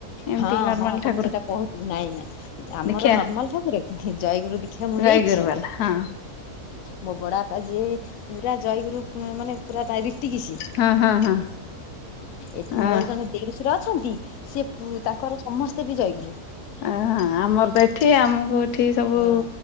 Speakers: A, on the left; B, on the left.
A: ଏମିତି
B: ହଁ
A: ନର୍ମାଲ
B: ହଁ ତମେ
A: ଠାକୁର
B: ସେଟା କହୁ ନାଇଁ ନାଇଁ। ଆମର
A: ଦୀକ୍ଷା
B: ନର୍ମାଲ ଠାକୁରେ ଖି ଜୟଗୁରୁ ଦୀକ୍ଷା ମୁଁ
A: ଜୟଗୁରୁ
B: ନେଇଛି।
A: ବାଲା ହଁ
B: ମୋ ବଡପା ଯିଏ ପୁରା ଜୟଗୁରୁ ମାନେ ପୁରା ଡାଇରେକଟ ଗିସି
A: ହଁ ହଁ ହଁ
B: ଏଠି ମୋର
A: ଅ
B: ଜଣେ ଦେଢଶୁର ଅଛନ୍ତି ଯେ ପୁ ତାଙ୍କର ସମସ୍ତେ ବି ଜୟଗୁରୁ।
A: ଆ ହା ଆମର ତ ଏଠି ଆମକୁ ଏଠି ସବୁ
B: ହଁ